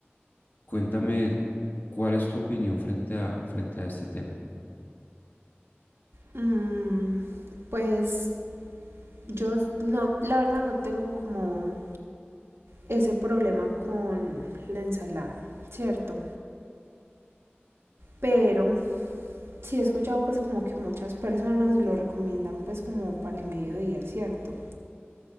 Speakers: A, on the left; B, on the right.
A: Cuéntame, ¿cuál es tu opinión frente a, frente a este tema?
B: Mm, pues yo no, la verdad no tengo como ese problema con la ensalada, ¿cierto? Pero Sí, he escuchado pues como que muchas personas lo recomiendan pues como para el mediodía, ¿cierto?